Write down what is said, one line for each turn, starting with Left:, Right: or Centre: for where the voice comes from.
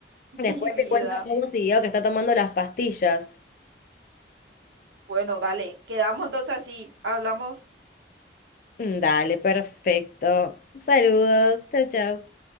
Right: <laughs>
Left: después
Right: Mi vida.
Left: te cuento cómo siguió, que está tomando las pastillas.
Right: Bueno, dale, quedamos entonces así. Hablamos.
Left: Dale, perfecto. Saludos. Chao, chao.